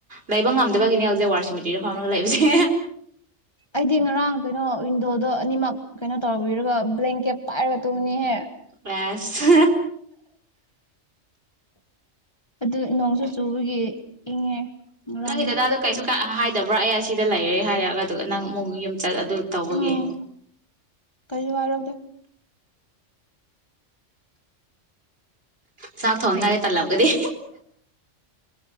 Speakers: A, on the right; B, on the left.
A: ꯂꯩꯕ ꯉꯝꯗꯕꯒꯤꯅꯦ ꯍꯧꯖꯤꯛ ꯋꯥꯔꯁꯤꯃꯤꯇꯔꯤꯗ ꯐꯝꯃꯒ ꯂꯩꯕꯁꯦ
B: ꯑꯩꯗꯤ ꯉꯔꯥꯡ ꯀꯩꯅꯣ ꯋꯤꯟꯗꯣꯗꯣ ꯑꯅꯤꯃꯛ ꯀꯩꯅꯣ ꯇꯧꯕꯤꯔꯒ ꯕ꯭ꯂꯦꯡꯀꯦꯠ ꯄꯥꯏꯔꯒ ꯇꯨꯝꯕꯅꯤꯍꯦ
A: ꯀ꯭ꯂ꯭ꯂꯁ
B: ꯑꯗꯨ ꯅꯣꯡꯁꯨ ꯆꯨꯕꯒꯤ ꯏꯪꯉꯦ ꯉꯔꯥꯡꯗꯤ
A: ꯅꯪꯒꯤ ꯗꯥꯗꯗꯨ ꯀꯩꯁꯨ ꯀ ꯍꯥꯏ ꯂꯩꯗꯕ꯭ꯔꯥ ꯑꯩ ꯁꯤꯗ ꯂꯩꯔꯦ ꯍꯥꯏꯔꯒ ꯑꯗꯨꯒ ꯅꯪ ꯑꯃꯨꯛ ꯌꯨꯝ ꯆꯠ ꯑꯗꯨ ꯇꯧꯕꯒꯤ
B: ꯎꯝ ꯀꯩꯁꯨ ꯍꯥꯏꯔꯛꯇꯦ
A: ꯆꯥꯛ ꯊꯣꯡꯅꯤꯡꯉꯥꯏ ꯇꯜꯂꯝꯒꯅꯤ